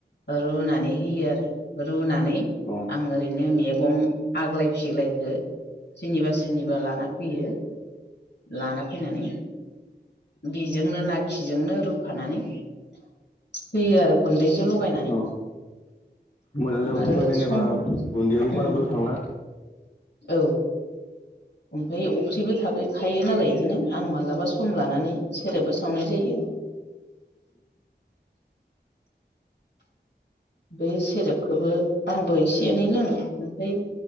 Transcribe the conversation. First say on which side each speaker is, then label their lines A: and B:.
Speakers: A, on the left; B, on the left.
A: रुनानै होयो आरो रुनानै
B: उम
A: आं ओरैनो मैगं आग्लाय फिग्लायखो सोरनिबा सोरनिबा लाना फैयो लाना फैनानै बिजोंनो ना खिजोंनो रुफानानै होयो आरो गुन्दैजों लगायनानै
B: अ औ मोजां
A: आं
B: जाबाय
A: आरो
B: हा जेनेबा
A: सम
B: गुन्दैयाबो
A: उम
B: बारा बुरजा थांला
A: औ ओमफ्राय अफ्रिबो थागोन थायो नालाय बिदिनो आं मालाबा सम लानानै सेरेबबो सावनाय जायो बे सेरेपखौबो आंबो एसे एनै लोंङो ओमफ्राय